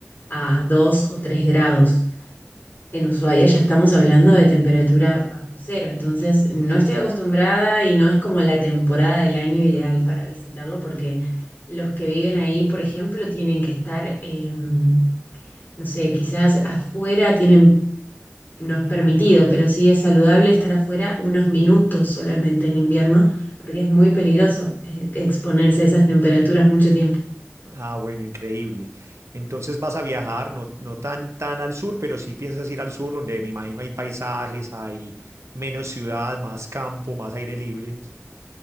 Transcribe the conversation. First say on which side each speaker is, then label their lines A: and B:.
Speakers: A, on the left (about 45°); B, on the right (about 75°).
A: a 2 o 3 grados. En Ushuaia ya estamos hablando de temperatura bajo cero, entonces no estoy acostumbrada y no es como la temporada del año ideal para visitarlo porque los que viven ahí, por ejemplo, tienen que estar, eh, no sé, quizás afuera tienen, no es permitido, pero sí es saludable estar afuera unos minutos solamente en invierno porque es muy peligroso eh, exponerse a esas temperaturas mucho tiempo.
B: Ah, bueno, increíble. Entonces vas a viajar, no, no tan, tan al sur, pero sí piensas ir al sur, donde me imagino hay paisajes, hay menos ciudad, más campo, más aire libre.